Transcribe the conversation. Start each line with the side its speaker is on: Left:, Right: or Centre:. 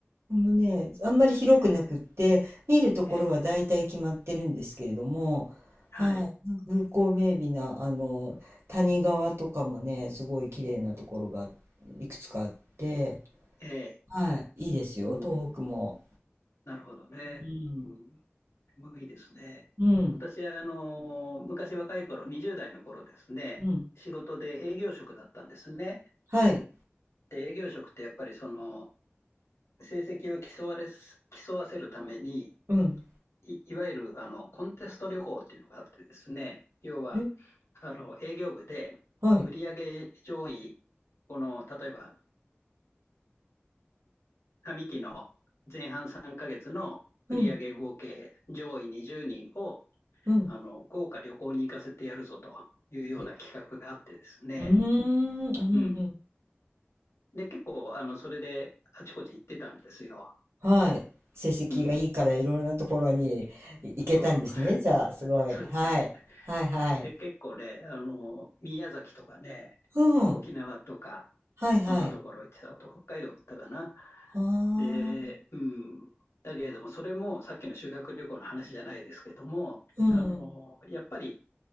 Right: でもね、あんまり広くなくって、
Left: そうですね。
Right: 見るところは大体決まってるんですけれども、
Left: ええ、はい。
Right: はい、なんか風光明媚な、あの、谷川とかもね、すごい綺麗なところがいくつかあって、
Left: ええ。
Right: はい、いいですよ、
Left: うん、
Right: 東北も。
Left: なるほどね。
Right: うん。
Left: うん、無理ですね。
Right: うん。
Left: 私はあの昔若い頃、20代の頃ですね、
Right: うん。
Left: 仕事で営業職だったんですね。
Right: はい。
Left: で、営業職ってやっぱりその成績を競われす、競わせるために、
Right: うん。
Left: い、いわゆるあのコンテスト旅行っていうのがあってですね、要は
Right: え、
Left: あの営業部で売上上位、
Right: はい。
Left: この例えば上期の前半3ヶ月の売上合計上位20人を
Right: うん。うん。
Left: あの、豪華旅行に行かせてやるぞというような企画があってですね。
Right: えうーん。うん。うん
Left: うん。で、結構、あの、それであちこち行ってたんですよ。
Right: はい。成績がいいからいろいろなところにい行けたんですね。
Left: うん。そうそう。<laughs>
Right: じゃあ、すごい。
Left: そうですね。
Right: はい。はいはい。
Left: で、結構ね、あの、宮崎とかね、
Right: うん。
Left: 沖縄とか、
Right: はいはい。
Left: そんなところ行ってた。あと、北海道行ったかな。
Right: はあ。
Left: で、うん。だけれども、それもさっきの修学旅行の話じゃないですけども、
Right: うん。
Left: あの、やっぱり